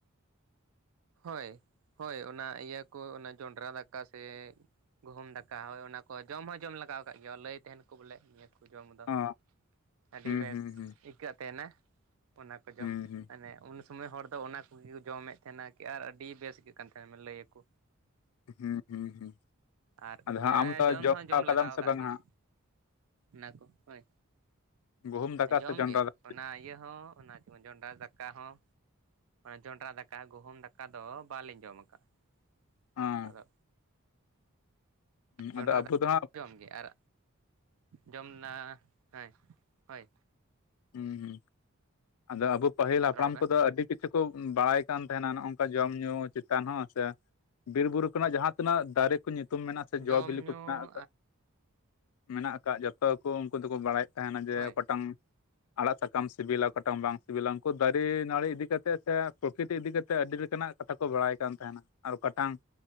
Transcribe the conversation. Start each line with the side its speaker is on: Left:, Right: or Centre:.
Right: ᱦᱳᱭ ᱦᱳᱭ ᱚᱱᱟ ᱤᱭᱟᱹ ᱠᱚ ᱚᱱᱟ ᱡᱚᱱᱰᱨᱟ ᱫᱟᱠᱟ ᱥᱮ ᱜᱩᱦᱩᱢ ᱫᱟᱠᱟ ᱦᱳᱭ ᱚᱱᱟ ᱠᱚ ᱡᱚᱢ ᱦᱚᱸ ᱡᱚᱢ ᱞᱟᱜᱟᱣ ᱟᱠᱟᱟᱜ ᱜᱮᱭᱟ ᱞᱟᱹᱭ ᱛᱟᱦᱮᱱ ᱠᱚ ᱵᱚᱞᱮ ᱱᱤᱭᱟᱹ ᱠᱚ ᱠᱚ ᱡᱚᱢ ᱫᱚ
Left: ᱚ
Right: ᱟᱹᱰᱤ
Left: ᱦᱩᱸ
Right: ᱵᱮᱥ
Left: ᱦᱩᱸ ᱦᱩᱸ
Right: ᱟᱹᱭᱠᱟᱹᱜ ᱛᱟᱦᱮᱱᱟ᱾ ᱚᱱᱟ ᱠᱚ ᱡᱚᱢ
Left: ᱦᱩᱸ ᱦᱩᱸ
Right: ᱢᱟᱱᱮ ᱩᱱ ᱥᱩᱢᱚᱭ ᱦᱚᱲ ᱫᱚ ᱚᱱᱟ ᱠᱚᱜᱮ ᱠᱚ ᱡᱚᱢᱮᱫ ᱛᱟᱦᱮᱱᱟ᱾ ᱟᱨ ᱟᱹᱰᱤ ᱵᱮᱥ ᱟᱹᱭᱠᱟᱹᱜ ᱠᱟᱱ ᱛᱟᱦᱮᱱ ᱞᱟᱹᱭᱟᱠᱚ
Left: ᱦᱩᱸ ᱦᱩᱸ ᱦᱩᱸ
Right: ᱟᱨ
Left: ᱟᱫᱚ ᱦᱟᱸᱜ ᱟᱢ ᱫᱚ
Right: ᱡᱚᱢ ᱦᱚᱸ
Left: ᱵᱟᱲᱟ
Right: ᱡᱚᱢ
Left: ᱟᱠᱟᱫᱟᱢ
Right: ᱞᱟᱜᱟᱣ
Left: ᱥᱮ
Right: ᱠᱟᱜ
Left: ᱵᱟᱝᱟ
Right: ᱜᱮᱭᱟ᱾ ᱚᱱᱟ ᱠᱚ ᱦᱳᱭ
Left: ᱜᱩᱦᱩᱢ ᱫᱟᱠᱟ
Right: ᱡᱚᱢ
Left: ᱥᱮ ᱡᱚᱱᱰᱨᱟ
Right: ᱜᱮ
Left: ᱫᱟᱠᱟ
Right: ᱚᱱᱟ ᱤᱭᱟᱹ ᱦᱚᱸ ᱚᱱᱟ ᱪ ᱡᱚᱱᱰᱨᱟ ᱫᱟᱠᱟ ᱦᱚᱸ ᱡᱚᱱᱰᱨᱟ ᱫᱟᱠᱟ ᱜᱩᱦᱩᱢ ᱫᱟᱠᱟ ᱫᱚ ᱵᱟᱞᱤᱧ ᱡᱚᱢ ᱠᱟᱜᱼᱟ᱾
Left: ᱦᱮᱸ
Right: ᱩᱱ ᱞᱮᱠᱟ ᱫᱚ ᱡᱚᱸᱰᱨᱟ
Left: ᱟᱫᱚ ᱟᱵᱚ ᱫᱚ ᱦᱟᱸᱜ
Right: ᱡᱚᱢᱜᱮ ᱟᱨ ᱡᱚᱢ ᱦᱳᱭ ᱦᱳᱭ
Left: ᱦᱩᱸ ᱦᱩᱸ! ᱟᱫᱚ ᱟᱵᱚ ᱯᱟᱹᱦᱤᱞ ᱦᱟᱯᱲᱟᱢ
Right: ᱨᱚᱲ ᱵᱮᱱ
Left: ᱠᱚᱫᱚ ᱟᱹᱰᱤ ᱠᱤᱪᱷᱩ ᱠᱚ ᱵᱟᱲᱟᱭ ᱠᱟᱱ ᱛᱟᱦᱮᱱᱟ ᱱᱚ ᱱᱚᱝᱠᱟ ᱡᱚᱢ ᱧᱩ ᱪᱮᱛᱟᱱ ᱦᱚᱸ ᱥᱮ ᱵᱤᱨᱼᱵᱩᱨᱩ ᱠᱷᱨᱮᱱᱟᱜ ᱡᱟᱦᱟᱸ ᱛᱤᱱᱟᱹᱜ ᱫᱟᱨᱮ ᱠᱚ ᱧᱩᱛᱩᱢ ᱢᱮᱱᱟᱜᱼᱟ ᱥᱮ
Right: ᱡᱚᱢ
Left: ᱡᱚ ᱵᱤᱞᱤ
Right: ᱧᱩ
Left: ᱠᱚ ᱢᱮᱱᱟᱜ ᱟᱠᱟᱟᱜᱼᱟ᱾ ᱢᱮᱱᱟᱜ ᱟᱠᱟᱫ ᱡᱚᱛᱚ ᱠᱚ ᱩᱱᱠᱩ ᱫᱚᱠᱚ ᱵᱟᱲᱟᱭᱮᱫ ᱛᱟᱦᱮᱱᱟ ᱡᱮ
Right: ᱦᱳᱭ
Left: ᱚᱠᱟᱴᱟᱝ ᱟᱲᱟᱜ ᱥᱟᱠᱟᱢ ᱥᱤᱵᱤᱞᱟ ᱚᱠᱟᱴᱟᱜ ᱮᱢ ᱵᱟᱝ ᱥᱤᱵᱤᱞᱟ ᱩᱱᱠᱩ ᱫᱟᱨᱮ ᱱᱟᱹᱲᱤ ᱤᱫᱤᱠᱟ ᱠᱟᱛᱮ ᱥᱮ ᱯᱨᱚᱠᱨᱤᱤᱛ ᱤᱫᱤ ᱠᱟᱛᱮ ᱟᱹᱰᱤᱞᱮᱠᱟᱱ ᱱᱟᱜ ᱠᱟᱛᱷᱟ ᱠᱚ ᱵᱟᱲᱟᱭ ᱠᱟᱱ ᱛᱟᱦᱮᱱᱟ ᱟᱨ ᱚᱠᱟᱴᱟᱝ